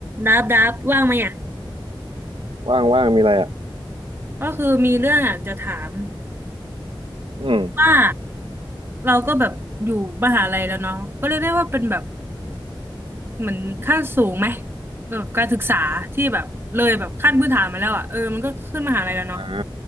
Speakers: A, on the right (about 25°); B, on the right (about 80°).
A: ดับดับว่างไหมอ่ะ
B: ว่างว่างมีอะไรอ่ะ
A: ก็คือมีเรื่องอยากจะถาม
B: อืม
A: ว่าเราก็แบบอยู่มหาลัยแล้วเนาะก็เรียกได้ว่าเป็นแบบเหมือนขั้นสูงไหมแบบการศึกษาที่แบบเลยแบบขั้นพื้นฐานมาแล้วอ่ะเออมันก็ขึ้นมหาลัยแล้วเนาะ
B: อ่า